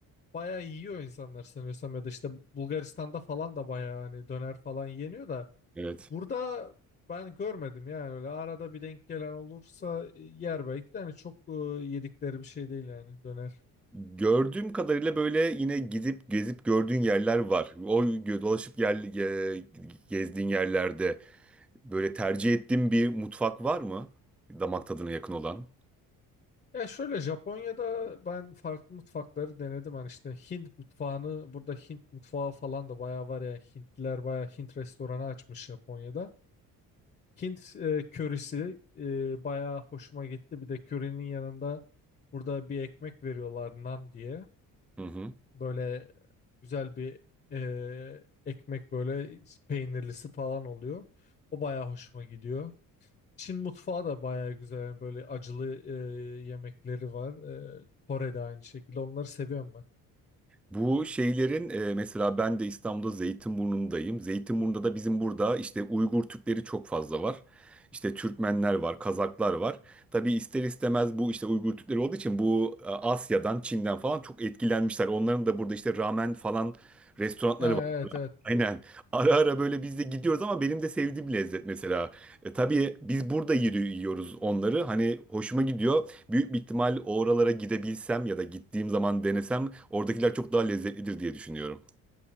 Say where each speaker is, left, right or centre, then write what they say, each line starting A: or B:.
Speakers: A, on the left; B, in the centre.
A: bayağı yiyor insanlar sanıyorsam ya da işte Bulgaristan'da falan da bayağı hani döner falan yeniyor da
B: Evet.
A: Burada ben görmedim yani öyle arada bir denk gelen olursa e, yer belki de hani çok e, yedikleri bir şey değil yani döner.
B: Gördüğüm kadarıyla böyle yine gidip gezip gördüğün yerler var. O gö- dolaşıp yer, ge- gezdiğin yerlerde böyle tercih ettiğin bir mutfak var mı? Damak tadına yakın olan.
A: Ya şöyle Japonya'da ben farklı mutfakları denedim hani işte Hint mutfağını burada Hint mutfağı falan da bayağı var ya Hintliler bayağı Hint restoranı açmış Japonya'da. Hint e, körisi e, bayağı hoşuma gitti bir de körenin yanında burada bir ekmek veriyorlar nan diye.
B: Hı hı.
A: Böyle güzel bir e, ekmek böyle peynirlisi falan oluyor. O bayağı hoşuma gidiyor. Çin mutfağı da bayağı güzel. Yani böyle acılı e, yemekleri var. E, Kore'de aynı şekilde. Onları seviyorum ben.
B: Bu şeylerin e, mesela ben de İstanbul'da Zeytinburnu'ndayım. Zeytinburnu'nda da bizim burada işte Uygur Türkleri çok fazla var. İşte Türkmenler var, Kazaklar var. Tabii ister istemez bu işte Uygur Türkleri olduğu için bu e, Asya'dan, Çin'den falan çok etkilenmişler. Onların da burada işte ramen falan restoranları
A: Ya,
B: var.
A: evet evet.
B: Aynen. Ara ara böyle biz de gidiyoruz ama benim de sevdiğim lezzet mesela. E, tabii biz burada yürü- yiyoruz onları. Hani hoşuma gidiyor. Büyük bir ihtimal oralara gidebilsem ya da gittiğim zaman denesem oradakiler çok daha lezzetlidir diye düşünüyorum.